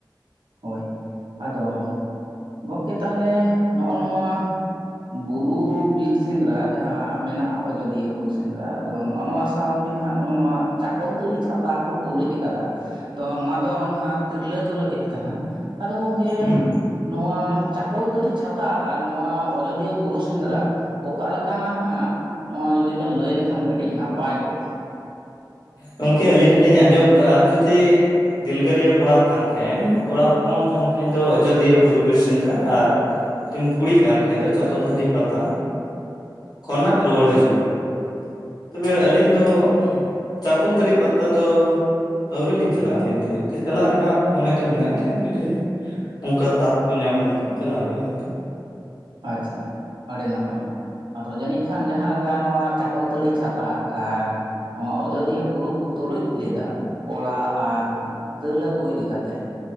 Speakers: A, on the right; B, on the left.
A: ᱦᱳᱭ ᱟᱫᱚ ᱜᱚᱝᱠᱮ ᱛᱟᱦᱞᱮ ᱱᱚᱜᱼᱚ ᱱᱚᱣᱟᱼᱼ ᱵᱩᱨᱩ ᱵᱤᱨ ᱥᱮᱸᱫᱽᱨᱟ ᱡᱟᱦᱟᱸ ᱢᱮᱱᱟᱜ-ᱟ ᱚᱡᱚᱫᱤᱭᱟᱹ ᱵᱩᱨᱩ ᱥᱮᱸᱫᱽᱨᱟ ᱟᱫᱚ ᱱᱚᱜᱼᱚ ᱱᱚᱣᱟ ᱥᱟᱶᱜᱮ ᱱᱟᱦᱟᱜ ᱱᱚᱜᱼᱚ ᱱᱚᱣᱟ ᱪᱟᱠᱚᱞᱛᱟᱹᱲᱤ ᱪᱷᱟᱛᱟ ᱠᱚ ᱛᱩᱞᱩᱡ ᱠᱟᱫᱟᱼᱼ ᱛᱚ ᱱᱚᱣᱟ ᱫᱚ ᱱᱟᱸᱦᱟᱜ ᱛᱤᱨᱞᱟᱹ ᱠᱚ ᱞᱟᱹᱜᱤᱫ ᱠᱟᱱᱟ ᱟᱫᱚ ᱜᱚᱢᱠᱮᱼᱼ
B: ᱦᱩᱸ
A: ᱱᱚᱣᱟ ᱪᱟᱠᱚᱞᱛᱟᱹᱲᱤ ᱪᱷᱟᱛᱟ ᱟᱨ ᱱᱚᱣᱟ ᱚᱡᱚᱫᱤᱭᱟᱹ ᱵᱩᱨᱩ ᱥᱮᱸᱫᱽᱨᱟᱼᱼ ᱚᱠᱟ ᱞᱮᱠᱟᱱᱟ ᱱᱟᱸᱦᱟᱜ ᱱᱚᱣᱟ ᱡᱩᱫᱤ ᱵᱮᱱ ᱞᱟᱹᱭ ᱞᱮᱠᱷᱟᱱ ᱠᱟᱹᱴᱤᱡ ᱱᱟᱯᱟᱭ ᱠᱚᱜᱼᱟ᱾
B: ᱜᱚᱢᱠᱮ ᱟᱹᱞᱤᱧ ᱦᱚᱞᱤᱧ ᱟᱸᱡᱚᱢ ᱠᱟᱜᱼᱟ ᱡᱩᱫᱤᱼᱼ ᱫᱤᱞᱜᱟᱹᱨᱤᱭᱟᱹ ᱠᱚᱲᱟ ᱠᱟᱱ ᱠᱷᱟᱡᱮᱢ ᱠᱚᱲᱟ ᱦᱚᱯᱚᱱ ᱠᱟᱱ ᱠᱷᱟᱡ ᱫᱚ ᱟᱡᱳᱫᱤᱭᱟᱹ ᱵᱩᱨᱩ ᱵᱤᱨ ᱥᱮᱸᱫᱽᱨᱟ, ᱟᱨᱼᱼ ᱡᱩᱫᱤᱢ ᱠᱩᱲᱤ ᱠᱟᱱ ᱠᱷᱟᱡ ᱫᱚ ᱪᱟᱠᱚᱞᱛᱟᱹᱲᱤ ᱯᱟᱛᱟᱼᱼ ᱠᱷᱚᱱᱟᱜ ᱨᱩᱣᱟᱹᱲ ᱦᱤᱡᱩᱜ ᱢᱮ, ᱛᱚᱵᱮ ᱟᱹᱞᱤᱧ ᱫᱚᱼᱼ ᱪᱟᱠᱚᱞᱛᱟᱹᱲᱤ ᱯᱟᱛᱟ ᱫᱚᱼᱼ ᱟᱹᱣᱨᱤ ᱞᱤᱧ ᱪᱟᱞᱟᱜᱼᱟ ᱱᱤᱛ ᱫᱷᱟᱵᱤᱡ ᱛᱮ ᱪᱟᱞᱟᱜ ᱨᱮᱱᱟᱜ ᱢᱚᱱᱮ ᱫᱚ ᱢᱮᱱᱟᱜ ᱜᱮᱭᱟ ᱡᱩᱫᱤᱼᱼ ᱚᱱᱠᱟ ᱛᱟᱠ ᱠᱚ ᱧᱟᱢ ᱞᱮᱱᱠᱷᱟᱡ ᱪᱟᱞᱟᱣ ᱦᱩᱭᱩᱜᱼᱟ ᱜᱚᱢᱠᱮ᱾
A: ᱟᱪᱪᱷᱟ ᱟᱹᱰᱤ ᱱᱟᱯᱟᱭ᱾ ᱟᱫᱚ ᱡᱟᱹᱱᱤᱡ ᱠᱷᱟᱱ ᱡᱟᱦᱟᱸ ᱞᱮᱠᱟ ᱱᱚᱣᱟ ᱪᱟᱠᱚᱞᱛᱟᱹᱲᱤ ᱪᱷᱟᱛᱟ ᱟᱨ ᱱᱚᱣᱟ ᱚᱡᱚᱫᱤᱭᱟᱹ ᱵᱩᱨᱩ ᱠᱚ ᱛᱩᱞᱩᱡ ᱞᱮᱫᱟ ᱠᱚᱲᱟ ᱟᱨᱼᱼ ᱛᱤᱨᱞᱟᱹ ᱠᱚ ᱤᱫᱤ ᱠᱟᱛᱮᱜ